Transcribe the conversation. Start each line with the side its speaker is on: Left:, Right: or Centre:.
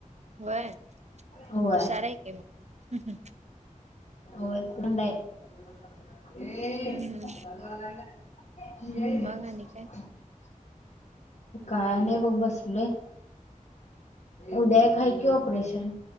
Right: होय हुशार
Left: होय
Right: हाय की मग हम
Left: होय <unintelligible>
Right: हम्म
Left: हम
Right: मग आणि काय
Left: काय नाही बघ बसले. उद्या एक हाय की ऑपरेशन.